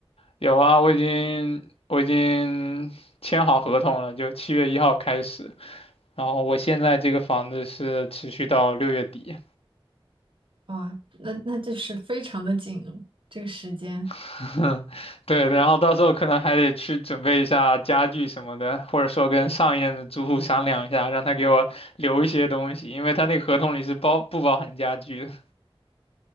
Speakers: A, on the left; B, on the right.
A: 有啊，我已经我已经签好合同了，就七月一号开始。然后我现在这个房子是持续到六月底，
B: 哇，那那这是非常的紧哦这个时间，
A: <laughs> 对，然后到时候可能还得去准备一下家具什么的，或者说跟上一任的租户商量一下，让他给我留一些东西，因为他那个合同里是包不包含家具的。